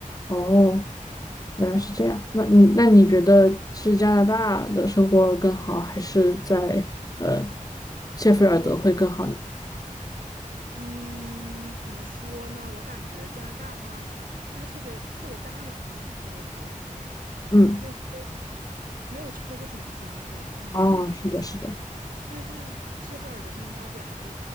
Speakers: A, on the left; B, on the right.
A: 哦。
B: 嗯
A: 原来是这样。那你那你觉得是加拿大的生活更好，还是在呃谢菲尔德会更好呢？
B: 嗯，怎么说呢？我感觉加拿大它，因为它特别特别大嘛，他们这个国土面积，
A: 嗯，
B: 所以说就没有车就很不方便，就你去哪儿都不方便。
A: 哦，是的，是的，
B: 但是谢菲尔德这么大点儿，就